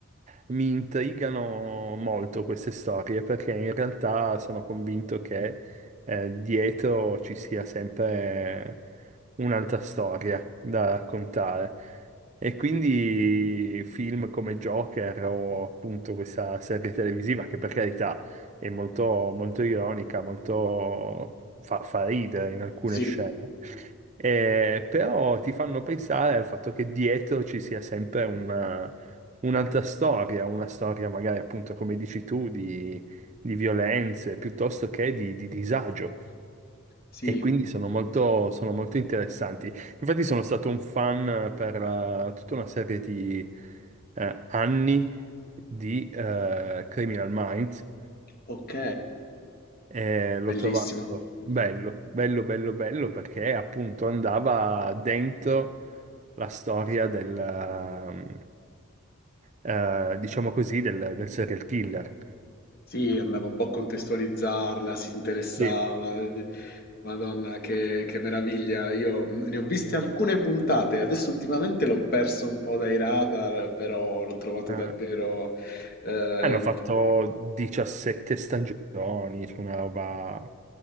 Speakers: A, on the right; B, on the left.
A: mi intrigano molto queste storie perché in realtà sono convinto che eh, dietro ci sia sempre un'altra storia da raccontare. E quindi film come Joker o appunto questa serie televisiva che per carità è molto, molto ironica, molto fa, fa ridere in alcune
B: Sì,
A: scene. Eh, però ti fanno pensare al fatto che dietro ci sia sempre una- un'altra storia, una storia magari appunto come dici tu di, di violenze piuttosto che di, di disagio
B: sì,
A: e quindi sono molto, sono molto interessanti. Infatti sono stato un fan eh, per eh, tutta una serie di eh, anni di eh, Criminal Minds
B: ok,
A: e l'ho
B: bellissimo.
A: trovato
B: Mhm.
A: bello, bello, bello, bello perché appunto andava dentro la storia del, ehm, eh, diciamo così, del, del serial killer.
B: Sì, andava un po' a contestualizzarla, si interessava.
A: Sì,
B: Madonna, che, che meraviglia. Io ne ho viste alcune puntate, adesso ultimamente l'ho perso un po' dai radar, però l'ho trovato
A: Ah.
B: davvero... eh,
A: Hanno
B: in-
A: fatto 17 stagioni, c'è una roba